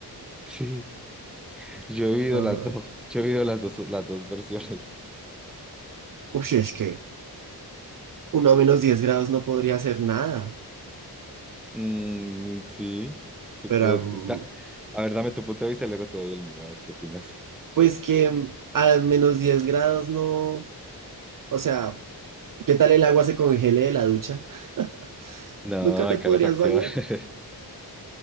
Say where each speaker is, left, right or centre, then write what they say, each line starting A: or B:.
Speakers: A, in the centre; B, on the right.
A: Sí, yo he <laughs> vivido las
B: Ah,
A: dos, yo he vivido las dos, las dos versiones.
B: uy, es que uno a menos 10 grados no podría hacer nada,
A: Mm, sí, sí
B: pero
A: puede-
B: mm,
A: da- a ver, dame tu punto de vista y luego te doy el mío, a ver qué opinas.
B: pues que mm, a menos 10 grados no, o sea, ¿qué tal el agua se congele de la ducha? <laughs>
A: No,
B: ¿Nunca te
A: hay
B: podrías
A: calefacción,
B: bañar?
A: <laughs>